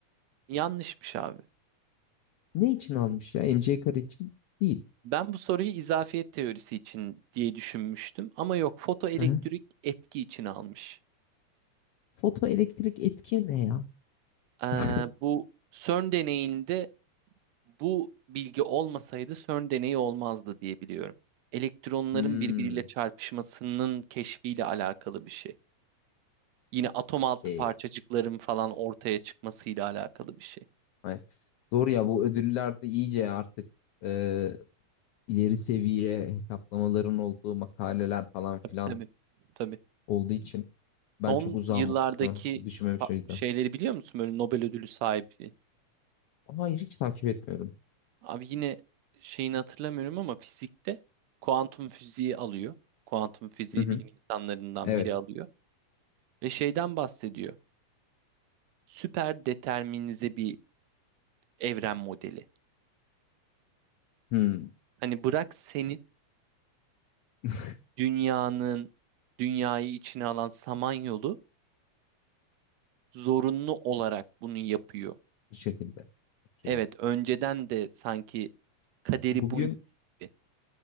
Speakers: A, on the right; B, on the left.
A: Yanlışmış abi.
B: Ne için almış ya? MC kare için değil.
A: Ben bu soruyu izafiyet teorisi için diye düşünmüştüm ama yok fotoelektrik
B: Hı hı.
A: etki için almış.
B: Fotoelektrik etki ne ya?
A: Ee,
B: <laughs>
A: bu CERN deneyinde bu bilgi olmasaydı CERN deneyi olmazdı diye biliyorum. Elektronların
B: Hmm,
A: birbiriyle çarpışmasının keşfiyle alakalı bir şey. Yine atom
B: okey.
A: altı parçacıkların falan ortaya çıkmasıyla alakalı bir şey.
B: Ay, Doğru ya bu ödüllerde iyice artık e, ileri seviye hesaplamaların olduğu makaleler falan
A: Tabii
B: filan
A: tabii. Tabii.
B: olduğu için ben
A: Son
B: çok uzağım
A: yıllardaki
B: o kısma hiç düşünmemiş
A: fa-
B: o yüzden.
A: şeyleri biliyor musun? Böyle Nobel ödülü sahibi.
B: Hayır hiç takip etmiyorum.
A: Abi yine şeyini hatırlamıyorum ama fizikte kuantum fiziği alıyor. Kuantum fiziği
B: Hı hı.
A: bilim insanlarından
B: Evet.
A: biri alıyor. Ve şeyden bahsediyor. süper determinize bir evren modeli.
B: Hmm.
A: Hani bırak senin
B: <laughs>
A: dünyanın, dünyayı içine alan Samanyolu zorunlu olarak bunu yapıyor.
B: Bu şekilde. Okey.
A: Evet, önceden de sanki kaderi
B: Bugün
A: bu gibi.